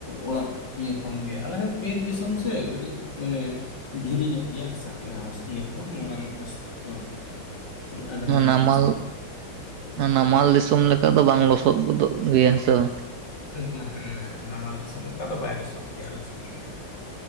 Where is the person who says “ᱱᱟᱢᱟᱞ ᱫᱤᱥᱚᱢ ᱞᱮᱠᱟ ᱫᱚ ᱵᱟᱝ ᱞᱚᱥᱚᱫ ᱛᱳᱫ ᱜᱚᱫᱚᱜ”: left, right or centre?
Right